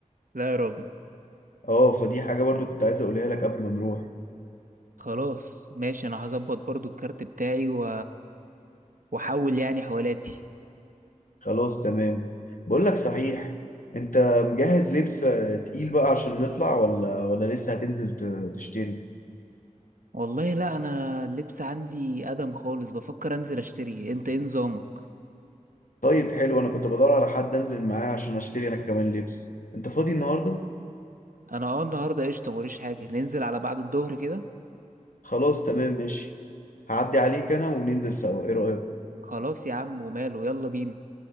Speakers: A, on the right; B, on the left.
A: لا يا راجل
B: اه فدي حاجة برضو كنت عايز اقولها لك قبل ما نروح
A: خلاص ماشي أنا هظبط برضو الكارت بتاعي و... وأحول يعني حوالاتي
B: خلاص تمام بقول لك صحيح انت مجهز لبس آه، تقيل بقى عشان نطلع ولا ولا لسه هتنزل ت- تشتري
A: والله لا أنا اللبس عندي أدم خالص بفكر أنزل أشتري أنت إيه نظامك؟
B: طيب حلو انا كنت بدور على حد انزل معاه عشان اشتري انا كمان لبس انت فاضي النهاردة
A: أنا أه النهاردة قشطة موريش حاجة ننزل على بعد الظهر كده
B: خلاص تمام ماشي هعدي عليك انا وننزل سوا ايه رأيك
A: خلاص يا عم وماله يلا بينا